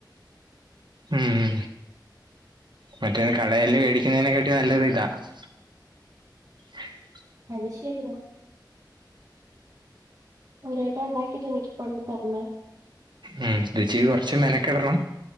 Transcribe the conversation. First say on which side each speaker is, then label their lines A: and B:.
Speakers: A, on the right; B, on the right.
A: ഹും മറ്റേ കടയില് മേടിക്കുന്നതിനെക്കാട്ടി നല്ലത് ഇതാ <inaudible>
B: അത് ശരിയാ ഒരു വട്ടം ഉണ്ടാക്കിട്ട് എനിക്ക് കൊണ്ട് തരണേ
A: ആ ഇച്ചിരി കുറച്ച് മെനക്കെടണം